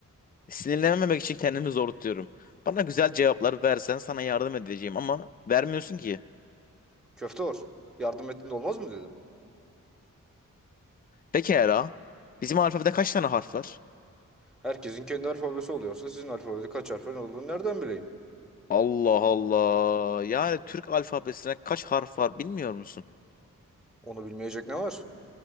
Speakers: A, on the left; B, in the centre.
A: Sinirlenmemek için kendimi zor tutuyorum. Bana güzel cevaplar versen sana yardım edeceğim ama vermiyorsun ki.
B: Köfte or. Yardım ettin de olmaz mı dedim.
A: Pekala. Bizim alfabede kaç tane harf var?
B: Herkesin kendi alfabesi oluyorsa sizin alfabede kaç harfin olduğunu nereden bileyim?
A: Allah Allah. Yani Türk alfabesine kaç harf var bilmiyor musun?
B: Onu bilmeyecek ne var?